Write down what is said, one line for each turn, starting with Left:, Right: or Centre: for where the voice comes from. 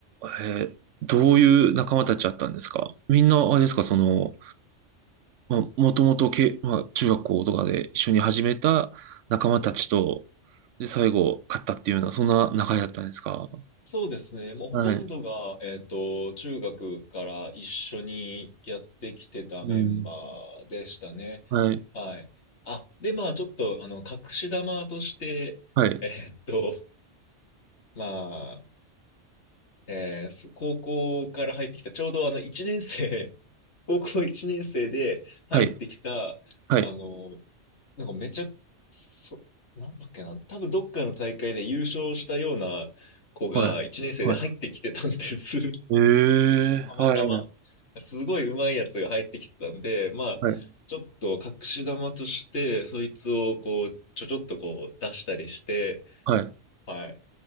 Right: えーどういう仲間たちだったんですかみんなあれですか、その、まあ、もともとけ、まあ、中学校とかで一緒に始めた仲間たちと、で、最後、勝ったっていうような、そんな仲だったんですか
Left: そうですね。もうほとんどが、
Right: はい。
Left: えっと、中学から一緒にやってきてたメンバ
Right: うん。
Left: ーでしたね。
Right: はい。
Left: はい。あ、で、まあ、ちょっと、あの、隠し玉として、
Right: はい。
Left: えっと、まあ、えーす高校から入ってきた、ちょうどあの、1年生、高校1年生で入ってきた、
Right: はい。はい。
Left: あの、なんかめちゃ、そ、なんだっけな、多分どっかの大会で優勝したような子が1年生で入ってきてたんです。
Right: はい。は
Left: <laughs>
Right: い。え
Left: たまたま。
Right: えーはい。
Left: すごい上手いやつが入ってきてたんで、まあ、
Right: はい。
Left: ちょっと隠し玉として、そいつをこう、ちょちょっとこう出したりして、
Right: はい。
Left: はい。